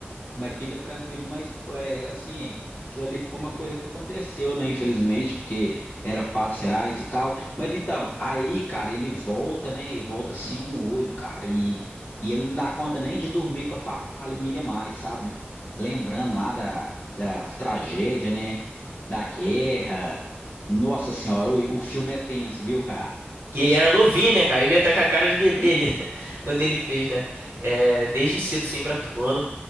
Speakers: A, on the left; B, on the right.
A: Mas fica tranquilo, mas é, assim, aquilo ali foi uma coisa que aconteceu, né? Infelizmente, porque era fatos reais e tal. Mas então, aí, cara, ele volta, né? E volta sem um olho, cara. E, e ele não dá conta nem de dormir com a família mais, sabe? Lembrando lá da, das tragédias, né? Da guerra. Nossa Senhora, o, o filme é tenso, viu, cara?
B: E ele era novinho, né, cara? Ele ia estar com a cara de bebê ali, <laughs> quando ele fez, né? É, desde cedo sempre atuando